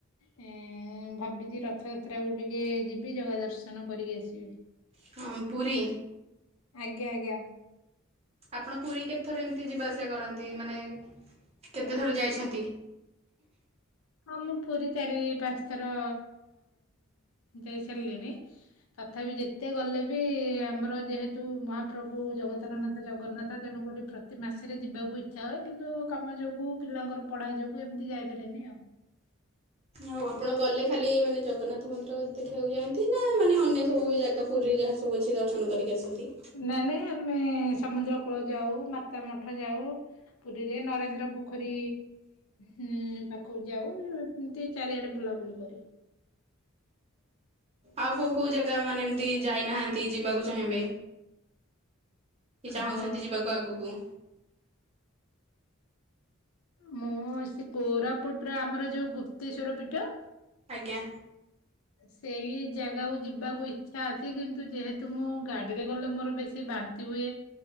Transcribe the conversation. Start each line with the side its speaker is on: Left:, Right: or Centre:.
Left: ହେଁ ଭାବିଛି ରଥଯାତ୍ରାକୁ ଟିକେ ଯିବି ଜଗା ଦର୍ଶନ କରିକି ଆସିବି।
Right: ହଁ ପୁରୀ।
Left: ଆଜ୍ଞା ଆଜ୍ଞା।
Right: ଆପଣ ପୁରୀ କେତେଥର ଏମିତି ଯିବା ଆସିବା କରନ୍ତି ମାନେ। କେତେ ଥର ଯାଇଛନ୍ତି।
Left: ହଁ ମୁଁ ପୁରୀ ଚାରି ପାଞ୍ଚ ଥର ଯାଇ ସାରିଲିଣି। ତଥାପି ଯେତେ ଗଲେ ବି ଆମର ଯେହେତୁ ମହାପ୍ରଭୁ ଜଗତରନାଥ। ଜଗନ୍ନାଥ ତେଣୁ କରି ପ୍ରତି ମାସରେ ଯିବାକୁ ଇଚ୍ଛା ହୁଏ କିନ୍ତୁ କାମ ଯୋଗୁ। ପିଲାଙ୍କର ପଢା ଯୋଗୁ ଏମିତି ଯାଇପାରେନି ଆଉ।
Right: ଆଉ ଆପଣ ଗଲେ ଖାଲି ମାନେ ଜଗନ୍ନାଥ ମନ୍ଦିର ଦେଖିବାକୁ ଯାଆନ୍ତି ନା ମାନେ ଅନ୍ୟ ସବୁ ବି ଜାଗା। ପୁରୀରେ ଯାହା ସବୁ ଅଛି ଦର୍ଶନ କରିକି ଆସନ୍ତି।
Left: ନାଇଁ ନାଇଁ ଆମେ ସମୁଦ୍ର କୂଳ ଯାଉ ମାତା ମଠ ଯାଉ। ପୁରୀରେ ନରେନ୍ଦ୍ର ପୋଖରୀ ହିଁ ପାଖକୁ ଯାଉ। ଏମିତି ଚାରିଆଡେ ବୁଲାବୁଲି କରୁ।
Right: ଆଉ କେଉଁ କେଉଁ ଜାଗା ମାନେ ଏମିତି ଯାଇନାହାନ୍ତି ଯିବାକୁ ଚାହିଁବେ। କି ଚାହୁଁଛନ୍ତି
Left: ହଁ।
Right: ଯିବାକୁ ଆଗକୁ।
Left: ମୁଁ ସେ କୋରାପୁଟର ଆମର ଯୋଉ ଗୁପ୍ତେଶ୍ଵର ପୀଠ।
Right: ଆଜ୍ଞା।
Left: ସେଇ ଜାଗାକୁ ଯିବାକୁ ଇଚ୍ଛା ଅଛି କିନ୍ତୁ ଯେହେତୁ। ତୁ ମୁଁ ଗାଡ଼ିରେ ଗଲେ ମୋର ବେଶୀ ବାନ୍ତି ହୁଏ।